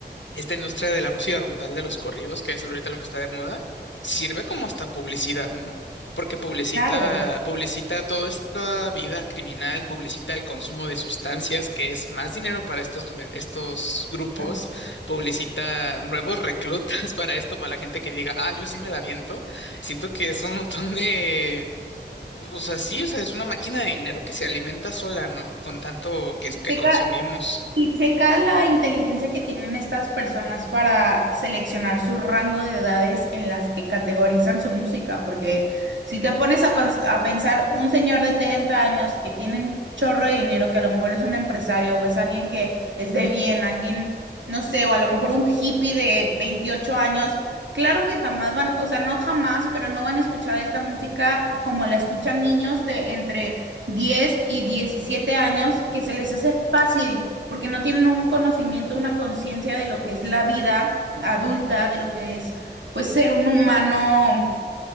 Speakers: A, on the left (about 85°); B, on the right (about 85°).
A: esta industria de la música como tal, de los corridos, que es ahorita lo que está de moda, sirve como hasta publicidad, ¿no? Porque publicita,
B: Claro.
A: publicita toda esta vida criminal, publicita el consumo de sustancias, que es más dinero para estos, me- estos grupos,
B: claro.
A: publicita nuevos reclutas <laughs> para esto, para la gente que diga, ah, yo sí me la viento. Siento que es un montón de... O sea, sí, o sea, es una máquina de dinero que se alimenta sola, ¿no? Con tanto que, que
B: Chica,
A: consumimos.
B: Y checa la inteligencia que tienen estas personas para seleccionar su rango de edades en las que categorizan su música, porque si te pones a, pens- a pensar un señor de 30 años que tiene un chorro de dinero, que a lo mejor es un empresario o es alguien que es de bien, alguien, no sé, o a lo mejor un hippie de 28 años, claro que jamás van, o sea, no jamás, pero no van a escuchar esta música como la escuchan niños de entre 10 y 17 años que se les hace fácil porque no tienen un conocimiento, una conciencia de lo que es la vida adulta, de lo que es pues ser un humano